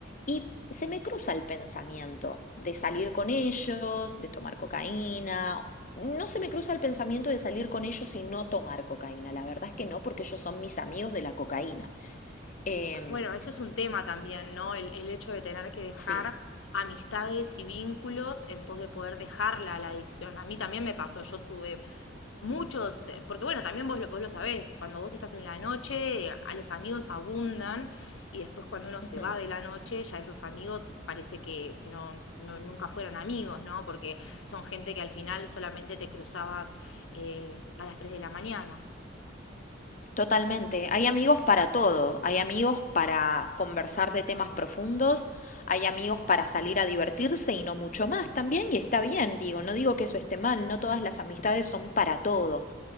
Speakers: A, on the left (about 40°); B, on the left (about 80°).
A: y se me cruza el pensamiento de salir con ellos, de tomar cocaína. No se me cruza el pensamiento de salir con ellos y no tomar cocaína. La verdad es que no, porque ellos son mis amigos de la cocaína. Em,
B: Bueno, eso es un tema también, ¿no? El, el hecho de tener que dejar
A: sí.
B: amistades y vínculos en pos de poder dejarla la, adicción. A mí también me pasó, yo tuve muchos, o sea, porque bueno, también vos lo, vos lo sabés, cuando vos estás en la noche, a los amigos abundan y después cuando uno
A: Ujú,
B: se va de la noche, ya esos amigos parece que no, no nunca fueron amigos, ¿no? Porque son gente que al final solamente te cruzabas eh, a las 3 de la mañana.
A: Totalmente. Hay amigos para todo. Hay amigos para conversar de temas profundos. Hay amigos para salir a divertirse y no mucho más también. Y está bien, digo, no digo que eso esté mal. No todas las amistades son para todo.